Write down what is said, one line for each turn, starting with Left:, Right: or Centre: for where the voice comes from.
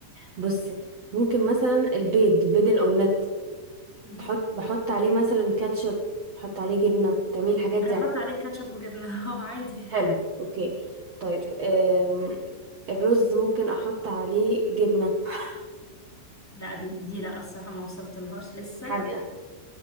Right: بصي ممكن مثلا البيض بيض الأومليت
Centre: مهم.
Right: تحط بحط عليه مثلا كاتشب بحط عليه جبنة تعملي الحاجات
Centre: انا
Right: دي
Centre: بحط
Right: عليه
Centre: عليه كاتشب وجبنه <laughs> عادي
Right: حلو أوكي طيب آم، الرز ممكن أحط عليه جبنة <laughs>
Centre: لا دي, دي لا الصراحه ما وصلت لهاش لسه
Right: حادقة